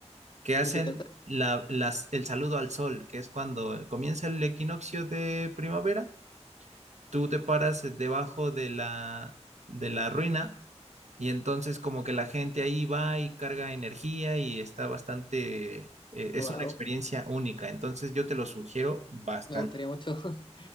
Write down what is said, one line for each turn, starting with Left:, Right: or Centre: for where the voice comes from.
Right: que hacen
Left: ¿De qué trata?
Right: la- las- el saludo al sol, que es cuando comienza el equinoccio de primavera, tú te paras debajo de la, de la ruina y entonces como que la gente ahí va y carga energía y está bastante, eh, es
Left: Wow,
Right: una experiencia única. Entonces yo te lo sugiero bastante.
Left: me gustaría mucho. <laughs>